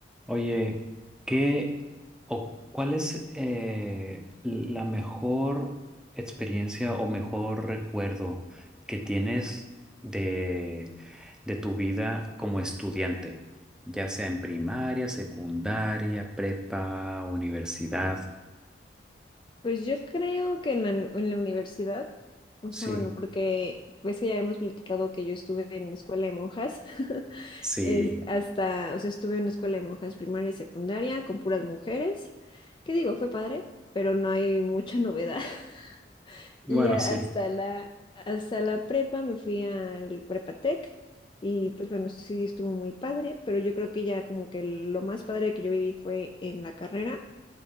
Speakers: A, in the centre; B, on the left.
A: Oye, ¿qué o cuál es eh, la mejor experiencia o mejor recuerdo que tienes de, de tu vida como estudiante? Ya sea en primaria, secundaria, prepa, universidad.
B: Pues yo creo que en la, en la universidad, o
A: Sí,
B: sea, bueno, porque ves que ya habíamos platicado que yo estuve en escuela de monjas, <laughs>
A: sí.
B: es- hasta, o sea, estuve en una escuela de monjas primaria y secundaria con puras mujeres, que digo, fue padre, pero no hay mucha novedad. <laughs>
A: Bueno,
B: Y ya
A: sí.
B: hasta la, hasta la prepa me fui al Prepatec y pues bueno, sí estuvo muy padre, pero yo creo que ya como que lo más padre que yo viví fue en la carrera